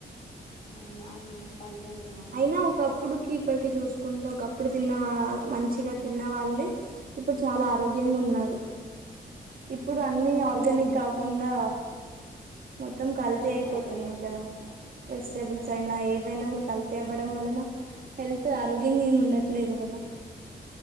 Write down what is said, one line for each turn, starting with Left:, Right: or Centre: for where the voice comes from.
Left: అవును అన్ని పల్సెస్ తినాలి
Right: అయినా ఒకప్పుడుకి ఇప్పటికి చూసుకుంటే ఒకప్పుడు తిన్నవా మంచిగా తిన్న వాళ్ళే ఇప్పుడు చాలా ఆరోగ్యంగా ఉన్నారు ఇప్పుడు అన్ని ఆర్గానిక్
Left: ఉమ్
Right: కాకుండా మొత్తం కల్తీ అయిపోతున్నాయ్
Left: బయట కొంటున్నాం
Right: కదా వెజిటెబుల్స్ అయినా ఏ ఎవైనా కూడా కల్తీ అవ్వడం వలన హెల్త్ ఆరోగ్యంగా ఏమి ఉండట్లేరు కదా